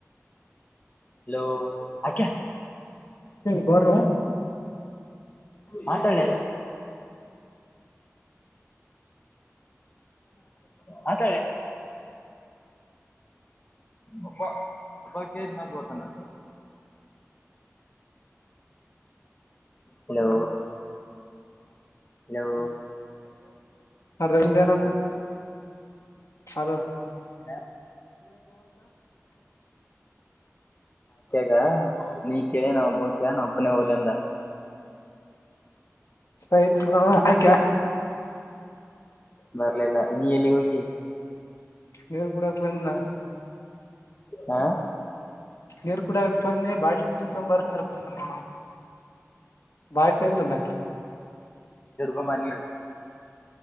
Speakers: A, on the left (about 35°); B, on the left (about 75°).
A: ಹಲೋ ಆಕ್ಯಾ
B: ಹ ಬರ
A: ಮಾತಾಡ ಹತಳೆ ಒಬ್ಬಾ ಬಬ್ಬಾ ಕ ನ ಗತ ನ ಹಲೋ ಹಲೋ
B: ಅರವಿಂದ ನ ಅಂತ ಅದು
A: ್ಣ ಗ ನೀ ಕೇಳಿ ನಾವ ಒಬ್ಬ ಕ ನ ಒಬ್ಬನೇ ಹೋಲಿ ಅಂದ
B: ಆಯ್ತ ಆಕ
A: ಬರ್ಲಲ್ಲ ನೀ ಎಲ್ಲಿ ಹೋಗಿ
B: ನೀರು ಕೂಡಕ ಬಂದನಾ
A: ಹಾ
B: ನೀರ್ ಕೂಡಕ್ ಬಂದಿ ಬಾ ತಿಕೊ ಬರತ್ ನೀರ್ ಬಂದ ನೋಡ ಬಾಯಕ್ನ್ನಲ್ಲ
A: ರಮಾನಿ